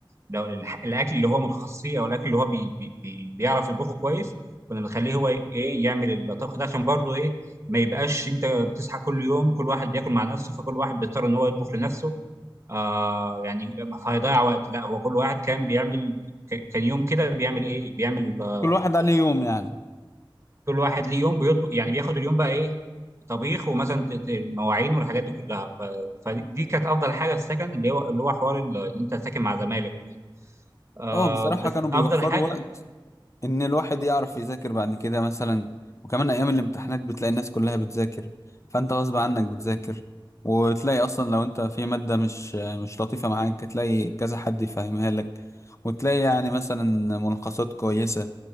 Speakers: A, on the right (about 30°); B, on the left (about 35°).
A: لو الح- الاكل اللي هو متخصص فيه او الاكل اللي هو بي بي بي بيعرف يطبخه كويس كنا بنخليه هو ايه يعمل الطبخ ده عشان برضو ايه ما يبقاش انت بتصحى كل يوم كل واحد بياكل مع نفسه فكل واحد بيضطر ان هو يطبخ لنفسه آه يعني فهيضيع وقت لا هو كل واحد كان بيعمل ك- كان يوم كده بيعمل ايه بيعمل آه،
B: كل واحد عليه
A: يعني
B: يوم يعني
A: كل واحد ليه يوم بيطبخ يعني بياخد اليوم بقى ايه طبيخ ومثلا ت- ت- مواعين والحاجات دي كلها ف... فدي كانت افضل حاجه في السكن اللي هو اللي هو حوار ال- اللي انت ساكن مع زمايلك وكده آه
B: اه بصراحة
A: بس
B: كانوا بيوفروا
A: افضل حاجه
B: وقت ان الواحد يعرف يذاكر بعد كده مثلا وكمان ايام الامتحانات بتلاقي الناس كلها بتذاكر فانت غصب عنك بتذاكر وتلاقي اصلا لو انت في مادة مش مش لطيفة معاك تلاقي كذا حد يفهمها لك وتلاقي يعني مثلا ملخصات كويسة